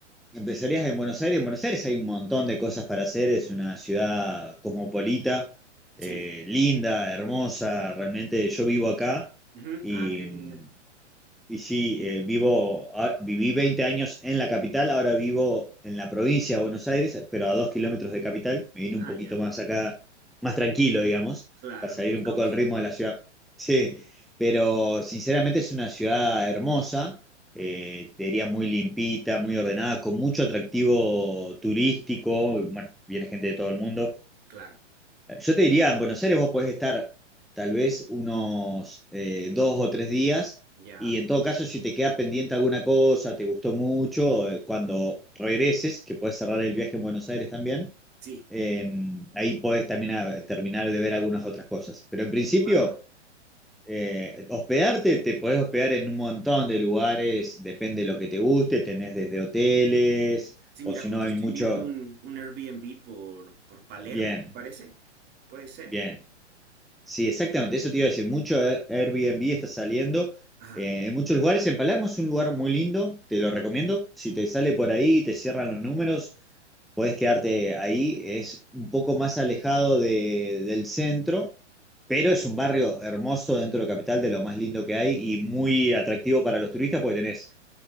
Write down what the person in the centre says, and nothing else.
Empezarías en Buenos Aires. En Buenos Aires hay un montón de cosas para hacer. Es una ciudad cosmopolita,
eh, linda, hermosa. Realmente yo vivo acá
y
Y sí, eh, vivo, ah, viví 20 años en la capital, ahora vivo en la provincia de Buenos Aires, pero a dos kilómetros de capital. Me vine
un poquito
más acá, más tranquilo, digamos,
para salir
un
poco del ritmo de la ciudad. Sí, pero sinceramente es una ciudad hermosa, eh, te diría muy limpita, muy ordenada, con mucho atractivo turístico. Bueno, viene gente de todo el mundo.
Yo te diría, en Buenos Aires vos podés estar tal vez unos eh, dos o tres días
y en todo caso si te queda pendiente alguna cosa, te gustó mucho, eh, cuando regreses, que podés cerrar el viaje en Buenos Aires también,
eh, ahí podés también ah, terminar de ver algunas otras cosas. Pero en principio,
eh, hospedarte, te podés hospedar en un montón de lugares, depende de lo que te guste, tenés desde hoteles
o
si
no hay
mucho...
Bien,
bien. Sí, exactamente, eso te iba a decir. Mucho Airbnb está saliendo
eh, en muchos lugares. En Palermo es un lugar muy lindo, te lo
recomiendo. Si te sale por ahí y te cierran los números, podés quedarte ahí. Es un poco más alejado de- del centro, pero es un barrio hermoso dentro de Capital, de lo más lindo que hay y muy atractivo para los turistas porque tenés